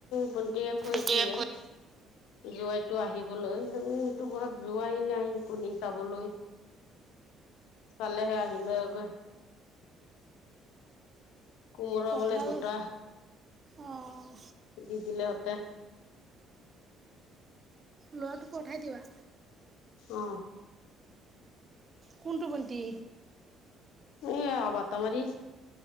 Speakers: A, on the left; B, on the right.
A: বন্তীয়ে কৈছিল।
B: এতিয়া
A: যোৱাইটো আহিবলৈ আমি হেতু ঘৰত যোৱাই নাই কোনে চাবলৈ। কালে সে আহিলে <unintelligible> কোমৰা
B: কঁঠাল
A: বোলে দুটা,
B: অ',
A: দি দিলে। তে
B: ল'ৰাটোক পঠাই দিবা।
A: অ'হ
B: কোনটো ভণ্টি?
A: এইয়া বাতামাৰী।